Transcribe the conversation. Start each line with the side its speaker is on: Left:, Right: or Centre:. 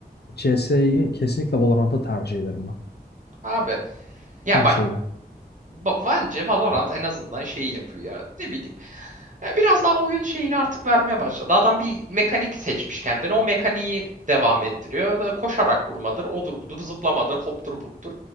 Left: CS'yi kesinlikle Valorant'a tercih ederim ben.
Right: Abi ya
Left: Her
Right: bak
Left: şeyle.
Right: Ba- Bence Valorant en azından şeyi yapıyor ya. Ne bileyim. Ya Biraz daha oyun şeyini artık vermeye başladı. Adam bir mekanik seçmiş kendine. O mekaniği devam ettiriyor. Da Koşarak vurmadır, odur budur, zıplamadır, hoptur buptur.